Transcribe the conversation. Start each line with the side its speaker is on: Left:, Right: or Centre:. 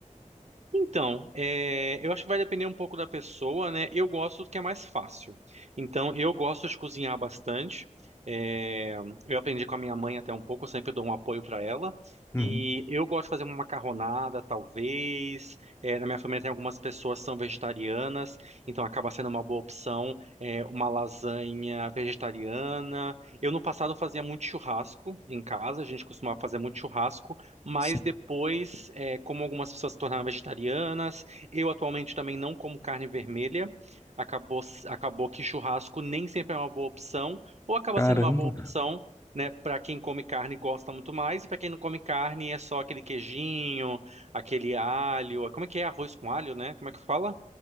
Right: Então, é, eu acho que vai depender um pouco da pessoa, né? Eu gosto do que é mais fácil. Então, eu gosto de cozinhar bastante. É, Eu aprendi com a minha mãe até um pouco, eu sempre dou um apoio para ela.
Left: Hum.
Right: E eu gosto de fazer uma macarronada, talvez. É, na minha família tem algumas pessoas que são vegetarianas, então acaba sendo uma boa opção, é, uma lasanha vegetariana. Eu no passado fazia muito churrasco em casa, a gente costumava fazer muito churrasco. Mas
Left: Sim,
Right: depois, é, como algumas pessoas se tornaram vegetarianas, eu atualmente também não como carne vermelha. Acabou, s- acabou que churrasco nem sempre é uma boa opção, ou acaba
Left: caramba.
Right: sendo uma boa opção, né, para quem come carne e gosta muito mais, e para quem não come carne é só aquele queijinho, aquele alho. Como é que é? Arroz com alho, né? Como é que fala?